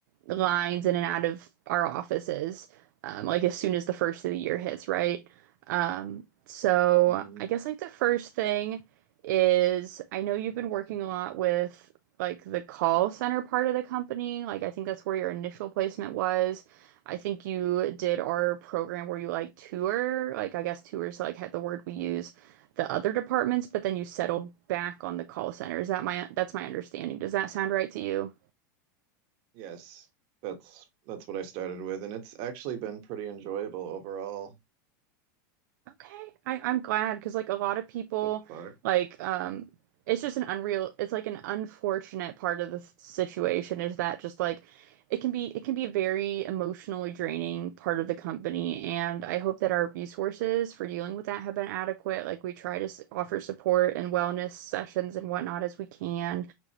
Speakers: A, on the right (about 70°); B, on the right (about 55°).
A: lines in and out of our offices um like as soon as the first of the year hits, right? Um so
B: hmm
A: I guess like the first thing is I know you've been working a lot with like the call center part of the company. Like I think that's where your initial placement was. I think you did our program where you like tour, like I guess tours like had the word we use the other departments, but then you settled back on the call center. Is that my that's my understanding. Does that sound right to you?
B: Yes, that's that's what I started with, and it's actually been pretty enjoyable overall
A: Okay. I, I'm glad because like a lot of people
B: thus far.
A: like um it's just an unreal it's like an unfortunate part of the s- situation is that just like it can be it can be a very emotionally draining part of the company and I hope that our resources for dealing with that have been adequate. Like we try to s- offer support and wellness sessions and whatnot as we can,